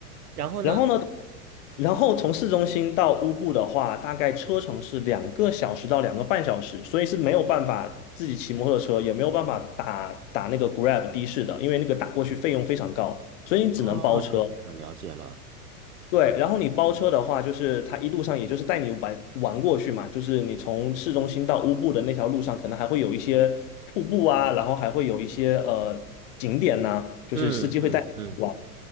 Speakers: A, on the right; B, on the left.
A: 然后呢，
B: 然后呢，然后从市中心到乌布的话，大概车程是两个小时到两个半小时，所以是没有办法自己骑摩托车，也没有办法打打那个 Grab 的士的，因为那个打过去费用非常高，所以你只能包车。
A: 哦，了解了，了解了。
B: 对，然后你包车的话，就是他一路上也就是带你玩玩过去嘛，就是你从市中心到乌布的那条路上，可能还会有一些瀑布啊，然后还会有一些呃景点呐、就是司机会带你玩。
A: 嗯嗯嗯，